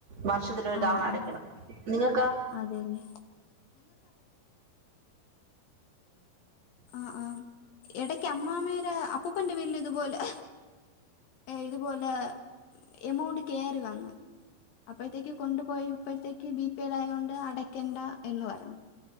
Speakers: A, on the right; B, on the left.
A: വർഷത്തില ഒരു
B: ആഹ്
A: തവണ അടക്കണം
B: ആഹ്
A: നിങ്ങൾക്കാ
B: അതെല്ലേ ആ ആഹ് ഇടക്ക് അമ്മാമേരെ അപ്പൂപ്പന്റെ വീട്ടില് ഇതുപോലെ ഇതുപോലെ എമൗണ്ട് കയറി വന്ന അപ്പോഴത്തേക്ക് കൊണ്ടുപോയി ഇപ്പോഴത്തേക്ക് ബിപേയില ആയ കൊണ്ട് അടക്കണ്ട എന്ന് പറഞ്ഞു